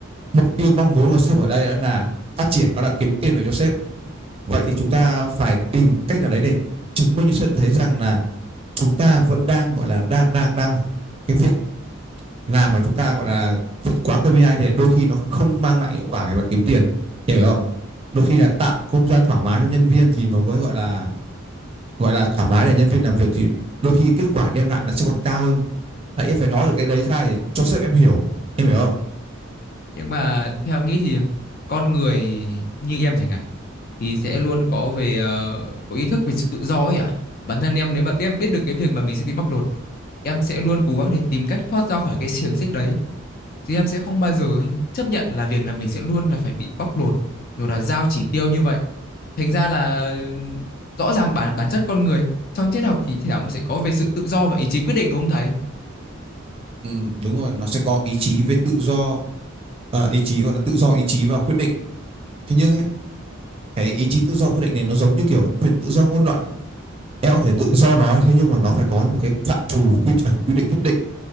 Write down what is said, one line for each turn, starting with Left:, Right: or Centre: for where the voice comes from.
Right: mục tiêu mong muốn của sếp ở đây đó là phát triển đó là kiếm tiền về cho sếp vậy thì chúng ta phải tìm cách nào đấy để chứng minh cho sếp thấy rằng là chúng ta vẫn đang gọi là đang đang đang cái việc làm mà chúng ta gọi là vượt quá KPI thì đôi khi nó không mang lại hiệu quả về mặt kiếm tiền em hiểu không đôi khi là tạo không gian thoải mái cho nhân viên thì nó mới gọi là gọi là thoải mái để nhân viên làm việc thì đôi khi kết quả đem lại nó sẽ còn cao hơn đấy em phải nói được cái đấy ra để cho sếp em hiểu em hiểu không
Left: nhưng mà theo em nghĩ thì con người như em chẳng hạn thì sẽ luôn có về ờ, có ý thức về sự tự do ấy ạ bản thân em nếu mà em biết được cái việc mà mình sẽ bị bóc lột Em sẽ luôn cố gắng để tìm cách thoát ra khỏi cái xiềng xích đấy. Chứ em sẽ không bao giờ em chấp nhận là việc là mình sẽ luôn là phải bị bóc lột rồi là giao chỉ tiêu như vậy. Thành ra là ừ, rõ ràng bản bản chất con người trong triết học thì thì cũng sẽ có về sự tự do và ý chí quyết định đúng không thầy?
Right: ừ, đúng rồi nó sẽ có ý chí về tự do à, ý chí gọi là tự do ý chí và quyết định thế nhưng ấy, cái ý chí tự do quyết định này nó giống như kiểu quyền tự do ngôn luận ấy. em có thể tự do nói thế nhưng mà nó phải có một cái phạm trù quy chuẩn quy định nhất định